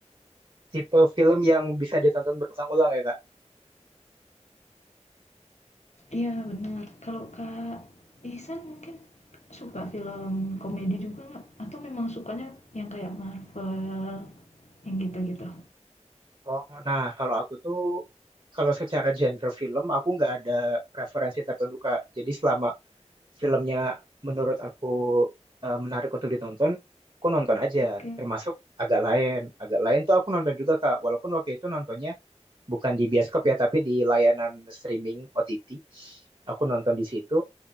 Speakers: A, on the right; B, on the left.
A: tipe film yang bisa ditonton berulang-ulang ya Kak.
B: Iya benar. Kalau Kak Ihsan mungkin suka film komedi juga nggak? Atau memang sukanya yang kayak Marvel, yang gitu-gitu?
A: Oh, nah kalau aku tuh kalau secara genre film aku nggak ada preferensi tertentu Kak. Jadi selama filmnya menurut aku eh, menarik untuk ditonton, aku nonton aja.
B: Oke.
A: Termasuk agak lain. Agak lain tuh aku nonton juga Kak. Walaupun waktu itu nontonnya bukan di bioskop ya tapi di layanan streaming OTT aku nonton di situ